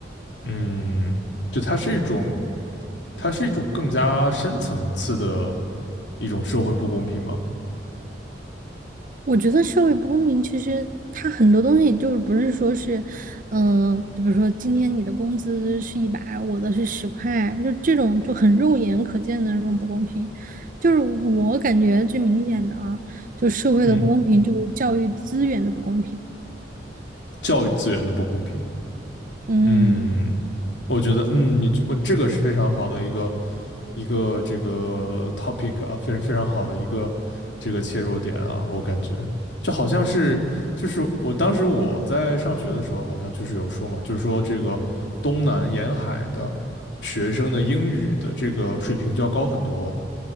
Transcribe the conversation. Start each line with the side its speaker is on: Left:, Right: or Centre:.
Left: 嗯，就它是一种，它是一种更加深层次的一种社会不公平嘛。
Right: 我觉得社会不公平，其实它很多东西就是不是说是，嗯、就比如说今天你的工资是一百，我的是十块，就这种就很肉眼可见的那种不公平。就是我感觉最明显的啊，就社会的不公平，
Left: 嗯，
Right: 就是教育资源的不公平。
Left: 教育资源的不公平。
Right: 嗯。
Left: 嗯，我觉得，嗯，你你这个是非常好的一个一个这个 topic 啊，非常非常好的一个这个切入点啊，我感觉就好像是就是我当时我在上学的时候，好像就是有说嘛，就是说这个东南沿海的学生的英语的这个水平就要高很多。